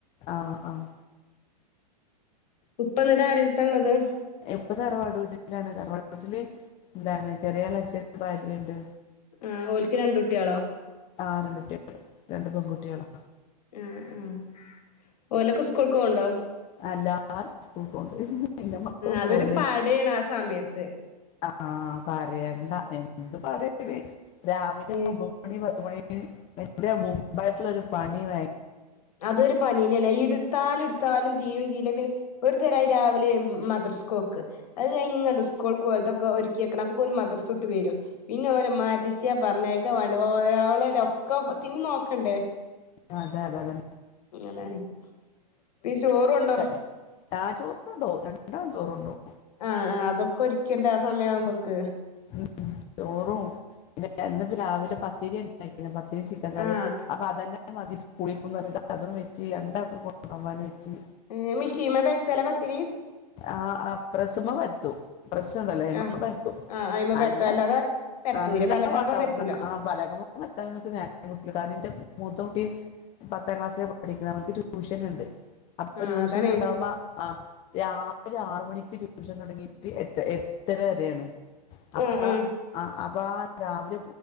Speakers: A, on the left (about 25°); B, on the left (about 65°).
A: ആഹ് ആഹ്
B: ഉപ്പ ഇന്നട്ട് ആരടുത്താള്ളത്
A: ഇപ്പൊ തറവാട് വീട്ടിലാണ് തറവാട് വീട്ടില് എന്താണ് ചെറിയ എളേച്ഛനും ഭാര്യണ്ട്
B: ആഹ് ഓല്ക്ക് രണ്ട് കുട്ട്യളോ
A: ആഹ് രണ്ട് കുട്ട്യാള് രണ്ട് പെൺകുട്ട്യാളാ
B: ആഹ് ആഹ് ഓലക്കെ സ്കൂൾ ക്ക് പോകുണ്ടോ
A: എല്ലാര് സ്കൂൾക്ക് പോണ്ട് പിന്നെ മക്കളും
B: അതൊരു
A: പോണ്ട്
B: <unintelligible> ആ സമയത്ത്
A: ആഹ് പറയണ്ട എന്ത് പട രാവിലെ
B: ഉം
A: ഒമ്പത് ഒമ്പത്മണി പത്തുമണി ന്റെ മുമ്പായിട്ടുള്ളൊരുപണി ഭ
B: അതൊരു പണി തന്നെയാണ് പിന്നെ എടുത്താലും ഇട്ത്താല്ഇട്ത്താലും തീരുംതീരില്ല പിന്നെ ഒരു തരായി രാവിലെ മദ്രസക്കോക്ക് അത് കഴിഞ്ഞ് ഇങ്ങട് സ്കൂൾ ക്ക് ഓലതക്കെ ഒരുക്കിക്കണം അപ്പോക്ക് ഒരു മദ്രസ വിട്ട് വരും പിന്നെ ഓല മാറ്റിച്ച പറഞ്ഞയക്ക വ വാണ്ട് പോ ഒരാള്ല്ല ഒക്കെ ത്തിന് നോക്കണ്ടേ
A: അതെ അതെ
B: അതാണ് പിന്നെ ചോറ് കൊണ്ടോ
A: <unintelligible> ആ ചോറ്ണ്ടോകും രണ്ടാളും ചോറ്ണ്ടോകും
B: ആഹ് ആഹ് അതൊക്കെ ഒരിക്കണ്ടേ ആ സമയാവുമ്പൊക്ക്
A: ഉം ചോറും പിന്നെ ഇന്ന്പ്പം രാവിലെ പത്തിരി ഇണ്ടാക്കിണ് പ തിരി ചിക്കൻ കറി
B: ആഹ്
A: അപ്പ അതന്നെ അത് മതി സ്കൂളിക്ക് പറഞ്ഞിട്ട് അതും വെച്ച് രണ്ടാക്കും കൊണ്ടോവാന് വെച്ച്
B: ഏ മിഷീമല് പര്ത്തലാ പത്തിരി
A: ആഹ് അഹ് പ്രസ്സ്മല് പര്ത്തും പ്രസ്സ്ണ്ടല്ലോ അയ്മല്
B: ആഹ്
A: പര്ത്തും
B: ആഹ് അയിമെ
A: നല്ല
B: പരത്തും അല്ലാതെ പരത്തൂല
A: നല്ല
B: പലകമ്മെ
A: പാട്ടാടുന്ന
B: പരത്തൂല
A: ആഹ് പലകമ പരത്താന്നൊന്നും ഇത് നേരം കിട്ടൂലാ കാരണം എന്റെ മൂത്തക്കുട്ടി പത്താം ക്ലാസ്സിലാ പഠിക്കുന്നെ അവൻക്ക് ട്യൂഷനുണ്ട് അപ്പോ
B: ആഹ്
A: ട്യൂഷന്ണ്ടാവുമ്പോ
B: അതാണ്
A: ആഹ് രാവിലെ ആറ് മണിക്ക് ട്യൂഷൻ തെടങ്ങീട്ട് എട്ട് എ എട്ടര വരെയാണ് അപ്പ
B: ആഹ് ആഹ്
A: ആ അപ്പ രാവിലെ